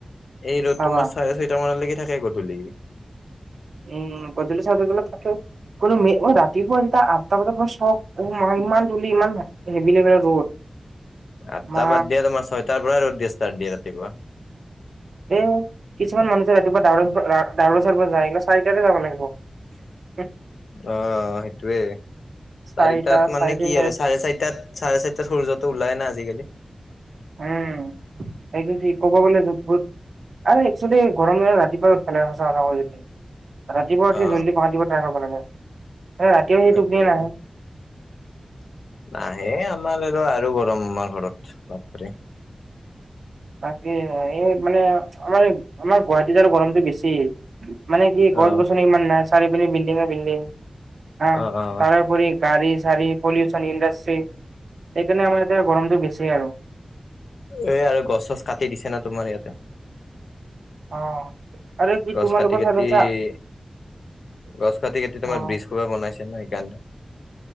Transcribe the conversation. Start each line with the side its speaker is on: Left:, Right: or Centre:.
Left: এই ৰ'দ
Right: ভাবা
Left: তোমাৰ চাৰে ছয়টা মানলৈকে থাকে গধূলি।
Right: উম উম গধুলি চাৰিটা বজাৰ লৈকে থাকে কোনো ৰাতিপুৱা যেতিয়া আঠটা বজাৰলৈকে মই চক ইমান জল্দি ইমান হেভিলেভিল ৰ'দ।
Left: আঠটা
Right: মা
Left: বাদ দিয়া তোমাৰ ছয়টাৰ পৰাই ৰ'দ দিয়ে ষ্টাৰ্ট দিয়ে ৰাতিপুৱা
Right: এ কিছুমান মানুহ যে ৰাতিপুৱা ডায়ৰ <unintelligible> এইিলা চাৰিটাতে যাব লাগিব।
Left: অ সেটোৱে
Right: চাৰিটা
Left: চাৰিটাত
Right: চাৰে
Left: মানে
Right: তিনটা
Left: কি আৰু চাৰে চাৰিটাত চাৰে চাৰিটাত সূৰ্যটো ওলাই না আজিকালি।
Right: উম এইটো থিক ক'ব বলে ভূত ভূত আৰু এক্সচলি গৰম দিনত ৰাতিপুৱা ৰদ পেলাই সঁচা কথা কৈ দিছো ৰাতিপুৱ
Left: অ
Right: উি জ্দি পাহা দ ট্ৰাই খাব কৰিব লাগে। ৰাতিও সেই
Left: সেইটোয়ে।
Right: টোপনিয় নাহে।
Left: নাহে আমাৰ আৰু আৰু গৰম আমাৰ ঘৰত বাপৰে।
Right: তাকে এই মানে আমাৰ আমাৰ গুৱাহাটীত আৰু গৰমটো বেছি। মানে কি গছ
Left: অ
Right: গছনি ইমান নাই চাৰি পি বিল্ডিঙে বিল্ডিং হা
Left: অ অ
Right: তাৰোপৰি। গাড়ী চাৰ়ী পলিউচন ইণ্ডাষ্ট্ৰি সেইকাৰণে আমাৰ ইতিয়া গৰমটো বেছি আৰু-
Left: এ আৰু গছ চছ কাটি দিছে না তোমাৰ ইয়াতে-
Right: অ। আৰু কি
Left: গছ
Right: তোমালোকৰ
Left: কাটি কাটি-
Right: চাইডত চা
Left: গছ কাটি কাটি তোমাৰ
Right: অ
Left: বিজ খোবা বনাইছে ন সেইকাৰণে-